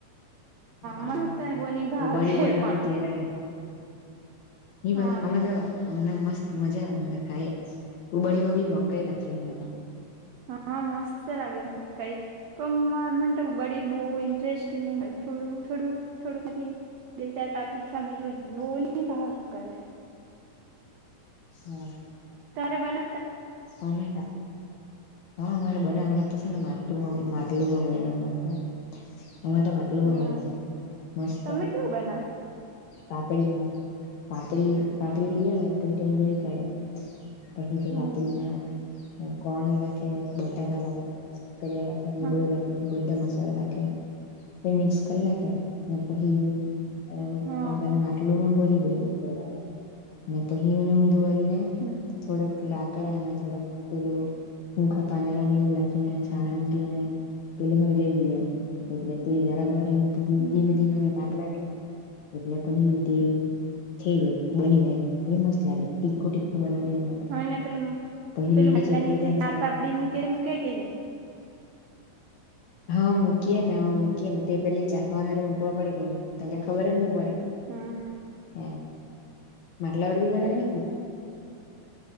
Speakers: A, on the left (about 70°); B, on the right (about 80°).
A: હા
B: મને તો બોની ભાવે
A: ઉ બરું બનાવજો
B: પણ
A: ત્યારે એ
B: હા
A: ભ અ તો તમને મસ્ત મજા અમે તો ખાઈ ઉબણીમાં બી મકાઈ લખી અમે તો
B: હા મસ્ત લાગે મ કઈ પણ મન તો બડી બ ઇન્ટરેસ્ટ થોડ થોડું થોડુંક બે ચાર પાપ દીખ્યા એટલું બહ ન ભાગ કરે
A: હા
B: તરે બન
A: હમેા હા મારે બને અ તો છે ને માતું માું પટલુંમાં બનાવ માટેતા અમેરે તો માટલુંમાં
B: હમ
A: બનાવ મસ્ત
B: તમે કેવું બનાવે
A: પાપડી પાપડી પાપડી લે પછ ભોળ કાઢે પછી
B: હમ
A: પાપલીમાં કોર્ન લખે બટાકા લખે કર લખે ળ
B: હા
A: લખે પછ બધા મસાલા લખેછ મિક્સ કરી લખે પછી એમ
B: હા
A: એમને માટલુંમાં ભ દે બરાબ પછી મને ઊંધું વાળીને
B: હમ
A: થોડક લ પકડા અને થોડક પેલું હૂખા પાંદડા ને એવું લખીને છાણા મૂકીને પેલું હલગઈ ગયામ એટલે તે જરાકને
B: હમ
A: ધીમે ધીમેાટલા એટલે કહ્યું તે થઈ ગયું બની ગય એમ કોઈ મસ્ત લાગે તીખું તીખખું બનાવી એ માટે
B: અને પેલું
A: પહી
B: પેલું
A: લીલી
B: મટલા
A: ચટણી
B: નીચે
A: બનાવીએ
B: ચાર પાપડી મૂકે મૂકે કે નહી
A: હા મૂકીએે ને મૂકીએને તે પેલી ચાખવાારું મકવા પડે કે ન ત ખબર જ નહી પડે
B: હમ
A: હ મલેવડ બીણ